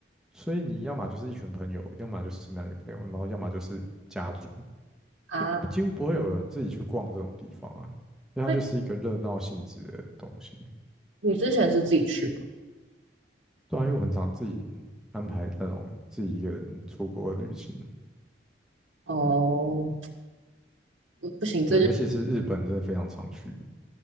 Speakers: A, in the centre; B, on the right.
A: 所以你要么就是一群朋友，要么就是男女朋友，然后要么就是家族，
B: 啊，
A: 就几乎不会有人自己去逛这种地方啊，因为它就是一个热闹性质的东西。
B: 所以你之前是自己去吗？
A: 对啊，因为我很常自己安排那种自己一个人出国的旅行，
B: 哦，不不行，这就
A: 对，尤其是日本真的非常常去，